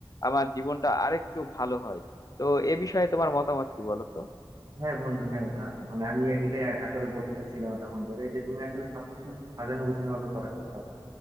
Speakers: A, on the left; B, on the right.
A: আমার জীবনটা আরেকটু ভালো হয় তো এ বিষয়ে তোমার মতামত কি বলো তো
B: হ্যাঁ বন্ধু হ্যাঁ আ- মানে আমি এটাই আসলে বলতে চাচ্ছিলাম তখন ধরে যে তুমি আসলে সবকিছু সাজানো গুছানো ভাবে করার চেষ্টা করো।